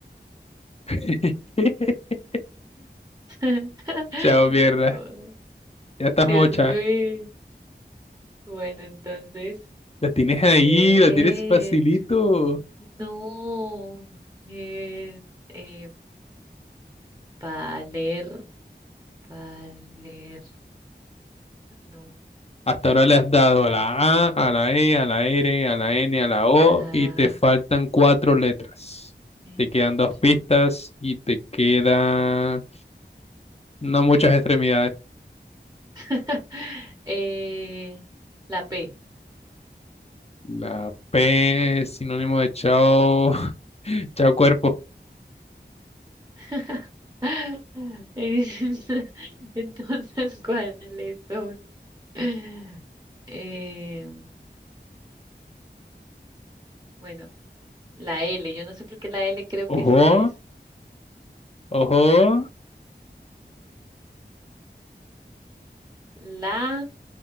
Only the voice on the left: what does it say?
<laughs>
Chao, mierda.
Ya estás
mocha.
La tienes ahí,
la tienes facilito.
Hasta ahora le has dado a la A, a la E, a la R, a la N, a la O
y te faltan cuatro letras.
Te quedan dos pistas y te quedan no muchas extremidades.
La P es sinónimo de chao, <laughs> chao cuerpo.
Ojo,
ojo,